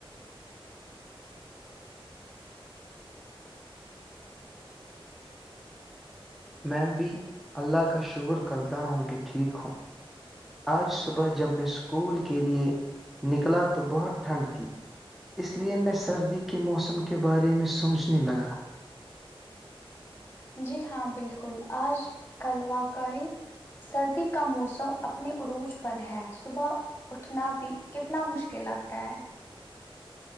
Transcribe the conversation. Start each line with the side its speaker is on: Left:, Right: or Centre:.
Centre: میں بھی اللہ کا شکر کرتا ہوں کہ ٹھیک ہوں آج صبح جب میں اسکول کے لیے نکلا تو بہت ٹھنڈ تھی اس لیے میں سردی کے موسم کے بارے میں سوچنے لگا
Left: جی ہاں بالکل آج کل واقعی سردی کا موسم اپنے عروج پر ہے صبح اٹھنا بھی کتنا مشکل لگتا ہے